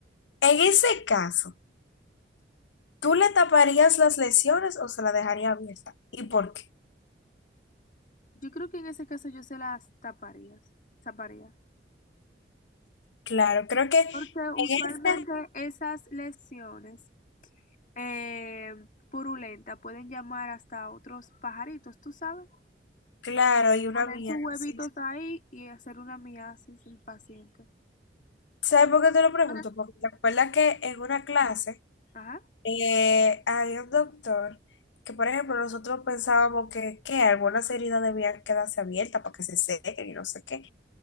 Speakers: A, on the left; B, on the left.
A: en ese caso, ¿Tú le taparías las lesiones o se la dejaría abierta? ¿Y por qué?
B: Yo creo que en ese caso yo se las taparías, taparía.
A: Claro, creo que en
B: Porque usualmente
A: este,
B: esas lesiones eh, purulentas pueden llamar hasta a otros pajaritos, tú sabes,
A: claro, y una
B: poner
A: mía,
B: sus huevitos
A: sí.
B: ahí y hacer una miasis el paciente.
A: ¿Sabes por qué te lo pregunto?
B: Entonces,
A: Porque te acuerdas que en una clase
B: Ajá.
A: eh, había un doctor que, por ejemplo, nosotros pensábamos que, que algunas heridas debían quedarse abiertas para que se sequen y no sé qué.